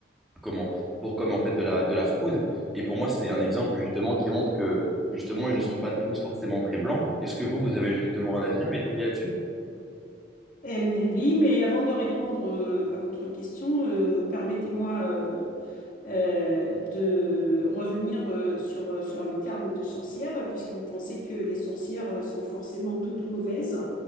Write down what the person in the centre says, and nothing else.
comment pour comme en fait de la de la fraude et pour moi c'est un exemple justement qui montre que justement ils ne sont pas tous forcément très blancs est-ce que vous vous avez justement un avis à m'étayer là-dessus